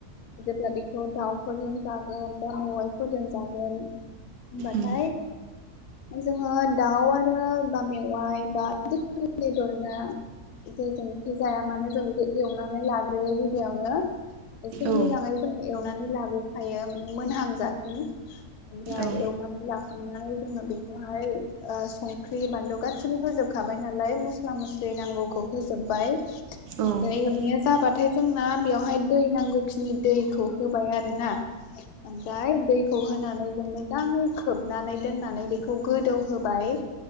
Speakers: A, on the left (about 75°); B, on the right (about 80°).
A: जेब्ला बेखौ दाउफोरजों जागोन बा मेवाइफोरजों जागोन होमबाथाय
B: उम
A: जोङो दाउ आरो बा मेवाइ बा जेखुनु बेदर ना जेजोंनोखि जाया मानो जोंदि एवनानै लाग्रोयो गिबियावनो एसे मोजाङै
B: औ
A: जों एवनानै लाबोखायो माने मोनहांजासिम ओमफ्राय
B: औ
A: एवनानै लाखांनाय जोङो बेखौहाय ओ संख्रि बानलु गासै गासिबो होजोबखाबाय नालाय मस्ला मस्लि नांगौखौ होजोबबाय ओमफ्राय
B: औ
A: एवनाया जाबाथाय जोंना बेवहाय दै नांगौखिनि दैखौ होबाय आरोना ओमफ्राय दैखौ होनानै जों मोजां खोबनानै दोननानै बेखौ गोदौहोबाय